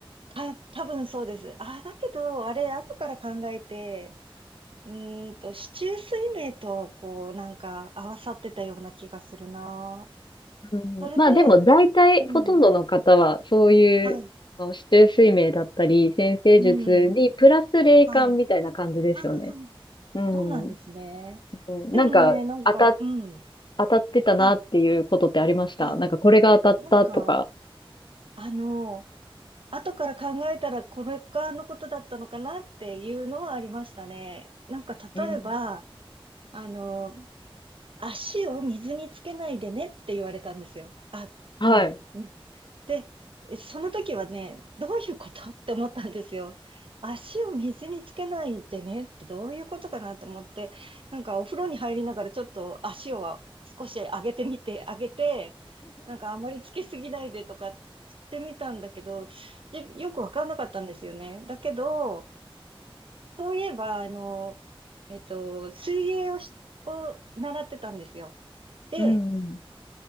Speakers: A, on the right (about 65°); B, on the left (about 55°).
A: た、多分そうです。あ、だけど、あれ、後から考えて、うーんと、四柱推命と、こう、なんか、合わさってたような気がするな。
B: うん、
A: それで、
B: まあでも大体ほとんどの方はそういうあの指定睡眠だったり先生術にプラス霊感みたいな感じですよね。
A: うん。はい。うん。はい。ああ、
B: うん。
A: そうなんですね。
B: うんなんか当た、
A: でもね、なんか、うん。
B: 当たってたなっていうことってありましたなんかこれが当たったとか。
A: はい、はい。なんか、あの、後から考えたらこれがあのことだったのかなっていうのはありましたね。なんか、例えば、
B: うん。
A: あの、足を水につけないでねって言われたんですよ。あ、
B: はい。
A: うん。で、その時はね、どういうことって思ったんですよ。足を水につけないでねってどういうことかなと思って、なんかお風呂に入りながらちょっと足を少し上げてみて、上げて、なんかあまりつけすぎないでとかしてみたんだけど、でよくわかんなかったんですよね。だけど、そういえば、あの、えっと、水泳をし、を習ってたんですよ。で、
B: うんうん。